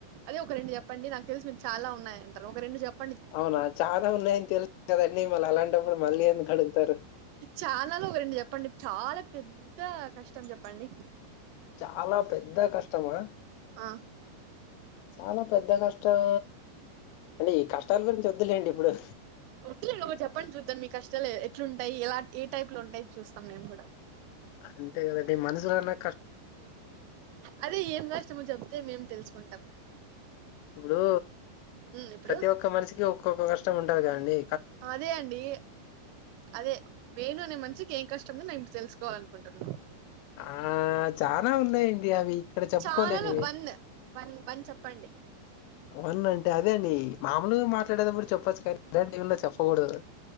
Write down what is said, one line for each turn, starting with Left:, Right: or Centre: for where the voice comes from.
Right: అదే ఒక రెండు చెప్పండి నాకు తెలుసి మీరు చాలా ఉన్నాయంటారు ఒక రెండు చెప్ప
Left: అవునా చాలా ఉన్నాయని తెలుసు కదండి మళ్ళ అలాంటప్పుడు మళ్ళీ ఎందుకు అడుగుతారు
Right: చాలాలో ఒక రెండు చెప్పండి చాలా పెద్ద కష్టం చెప్పండి
Left: చాలా పెద్ద కష్టమా
Right: ఆ
Left: చాలా పెద్ద కష్టం అంటే ఈ కష్టాల గురించి వద్దులేండి ఇప్పుడు
Right: వద్దులేండి ఒకటి చెప్పండి చూద్దాం మీ కష్టాలు ఎట్లుంటాయి ఎలా ఏ టైప్ లో ఉంటాయి చూస్తాం మేము కూడా
Left: అంతే కదండి మనుషులన్నా
Right: అదే ఏం కష్టమో చెప్తే మేము తెలుసుకుంటాం
Left: ఇప్పుడు
Right: ఉమ్ ఇప్పుడు
Left: ప్రతి ఒక్క మనిషికి ఒక్కొక్క కష్టం ఉంటది కాండి
Right: అదే అండి అదే వేణు అనే మనిషికి ఏం కష్టం ఉందో నేను ఇప్పుడు తెలుసుకోవాలి అనుకుంటున్నాను
Left: ఆ చాలా ఉన్నాయండి అవి ఇక్కడ చెప్పుకోలేనివి
Right: చాలాలో వన్ వన్ వన్ చెప్పండి
Left: అవున్న అంటే అదే అండి మామూలు మాట్లాడేదిప్పుడు చెప్పొచ్చు కానీ ఇలాంటి ఉన్న చెప్పకూడదు